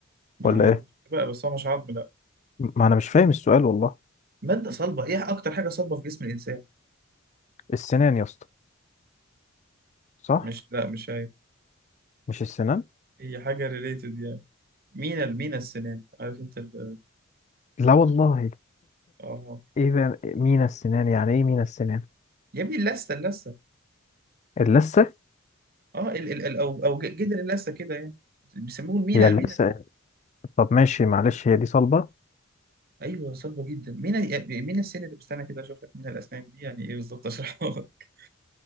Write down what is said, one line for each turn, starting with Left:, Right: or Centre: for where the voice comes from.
Right: ما
Left: ولا
Right: أعرفش
Left: إيه؟
Right: بقى بس هو مش عظم لا
Left: ما أنا مش فاهم السؤال والله
Right: مادة صلبة إيه أكتر حاجة صلبة في جسم الإنسان
Left: السنان يا اسطى صح؟
Right: مش لا مش هي
Left: مش السنان؟
Right: هي حاجة ريليتد يعني مينا المينا السنان عارف أنت ال-
Left: لا والله
Right: آه
Left: إيه بقى مينا السنان يعني إيه مينا السنان؟
Right: يا ابني اللثة اللثة
Left: اللثة؟
Right: آه ال... ال... ال- أو أو جدر اللثة كده يعني بيسموه المينا
Left: هي اللثة
Right: المينا
Left: طب ماشي معلش هي دي صلبة
Right: ايوه صعبه جدا مين مين السن اللي بستنى كده اشوف لك مين الاسنان دي يعني ايه بالظبط اشرحها لك